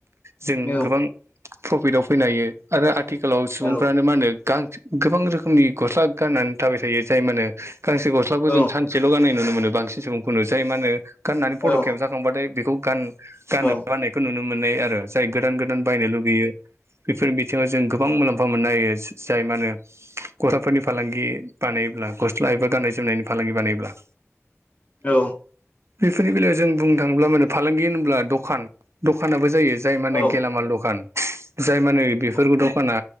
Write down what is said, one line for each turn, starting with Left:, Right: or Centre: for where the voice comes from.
Right: जों
Left: औ
Right: गोबां प्रफिटाव फैनो हायो। आरो आथिखालाव सुबुंफ्रानो
Left: औ
Right: मा होनो गा गोबां रोखोमनि गस्ला गाननानै थाबाय थायो। जाय मानो गांसे गस्लाखौ
Left: औ
Right: जों सान सेल' गाननाय नुनो मोनो। बांसिन सुबुंखौनो जाय मा होनो गाननानै फट'
Left: औ
Right: खेबजाखांबाथाय
Left: औ
Right: बेखौ गान गाननो
Left: उम औ
Right: बानायखौ नुनो मोननाय आरो जाय गोदान गोदान बायनो लुगैयो बेफोरनि बिथिङाव जों गोबां मुलाम्फा मोननो हायो। जाय मा होनो गस्लाफोरनि फालांगि बानायोब्ला गस्ला एबा गाननाय जोमनायनि फालांगि बानायोब्ला
Left: औ
Right: बेफोरनि बेलायाव जों बुंनो थाङोब्ला माने फालांगि होनोब्ला दखान दखानाबो जायो। जाय माने
Left: औ
Right: गेलामाल
Left: औ
Right: दखान। जाय माने बेफोर
Left: औ
Right: दखाना